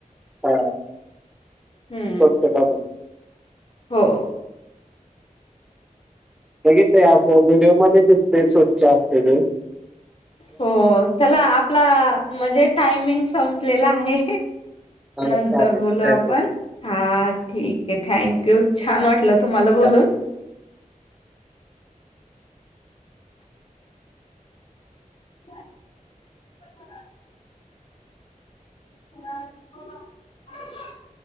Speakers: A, in the centre; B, on the left (about 40°).
A: हा...
B: हम्म
A: स्वच्छतामध्ये...
B: हो...
A: सगितलंय अस व्हिडिओ मध्ये दिसतय सोड च्या असतय ती.........
B: हो.... चला... आपला. म्हणजे टायमिंग संपलेला आहे.
A: हा
B: नंतर
A: चालेल
B: बोलु आपण
A: थँक्यू
B: हा... ठिक.. कि... थँक यू. छान वाटलं तुम्हाला बोलून.
A: हा
B: <unintelligible> <inaudible>